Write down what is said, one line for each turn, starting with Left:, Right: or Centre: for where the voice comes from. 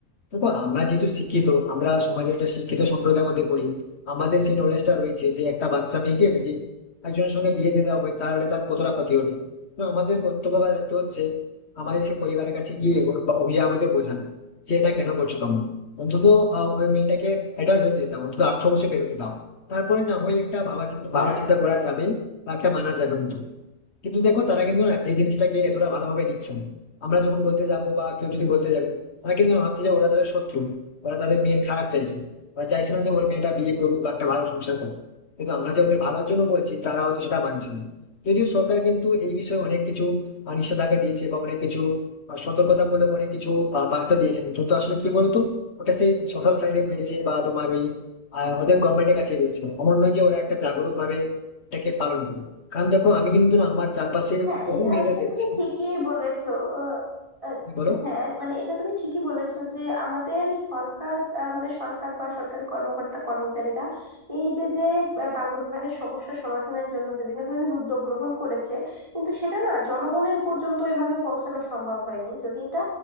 Left: দেখো আমরা যেহেতু শিক্ষিত আমরা সমাজের একটা শিক্ষিত সম্প্রদায়ের মধ্যে পড়ি আমাদের সেই নলেজটা রয়েছে যে একটা বাচ্চা মেয়েকে যদি একজনের সঙ্গে বিয়ে দিয়ে দেওয়া হয় তাহলে তার কতটা ক্ষতি হবে তো আমাদের কর্তব্য বা দায়িত্ব হচ্ছে আমাদের সেই পরিবারের কাছে গিয়ে ওর বা অভিভাবকদের বোঝানো যে এটা কেন করছো তুমি অন্তত আহ, ওই মেয়েটাকে অ্যাডাল্ট হতে দাও অন্তত আঠারো বছর পেরোতে দাও তারপরে না হয় একটা ভাবা চিন্তা
Right: হ্যাঁ
Left: ভাবনা চিন্তা করা যাবে বা একটা মানা যাবে কিন্তু কিন্তু দেখো তারা কিন্তু না এই জিনিসটাকে এতটা ভালোভাবে নিচ্ছে না আমরা যখন বলতে যাব বা কেউ যদি বলতে যাবে তারা কিন্তু ভাবছে যে ওরা তাদের শত্রু ওরা তাদের মেয়ের খারাপ চাইছে ওরা চাইছে না যে ওর মেয়েটা বিয়ে করুক বা একটা ভালো সংসার করুক কিন্তু আমরা যে ওদের ভালোর জন্য বলছি তারা হচ্ছে সেটা মানছে না যদিও সরকার কিন্তু এই বিষয়ে অনেক কিছু আহ, নিষেধাজ্ঞা দিয়েছে বা অনেক কিছু আহ, সতর্কতামূলক অনেক কিছু আহ, বার্তা দিয়েছেন কিন্তু আসলে কি বলতো ওটা সেই সোশ্যাল সাইডে রয়েছে বা তোমার ওই আর ওদের গভর্নমেন্টের কাছে রয়েছে এমন নয় যে ওরা একটা জাগরুক ভাবে এটাকে পালন করে কারণ দেখো আমি কিন্তু না আমার চারপাশে
Right: হ্যাঁ
Left: বহু
Right: এটা
Left: মেয়েদের
Right: আসলে
Left: দেখছি
Right: তুমি ঠিকই বলেছো আহ, আহ,
Left: হ্যাঁ, বলো
Right: হ্যাঁ মানে এটা তুমি ঠিকই বলেছো যে আমাদের সরকার আহ, মানে সরকার বা সরকারি কর্মকর্তা কর্মচারীরা এই যে যে আহ, বাল্যবিবাহের সমস্যা সমাধানের জন্য বিভিন্ন ধরনের উদ্যোগ গ্রহণ করেছে কিন্তু সেটা না জনগণের পর্যন্ত ওইভাবে পৌঁছানো সম্ভব হয়নি যদি এটা